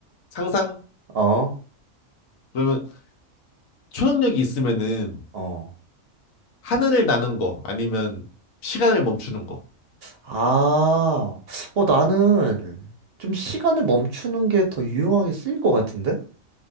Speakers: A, on the left (about 80°); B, on the right (about 60°).
A: 상상?
B: 어,
A: 그러면 초능력이 있으면은
B: 어.
A: 하늘을 나는 거, 아니면 시간을 멈추는 거.
B: 아, 어, 나는 좀 시간을 멈추는 게 더 유용하게 쓰일 것 같은데?